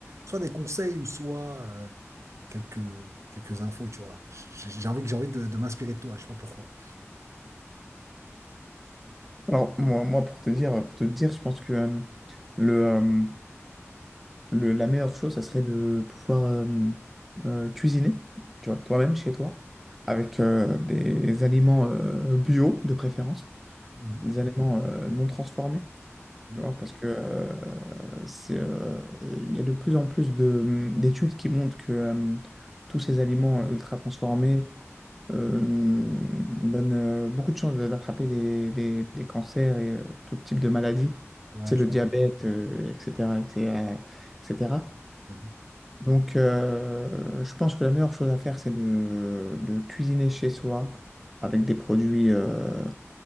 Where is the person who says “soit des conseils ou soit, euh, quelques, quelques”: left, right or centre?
Right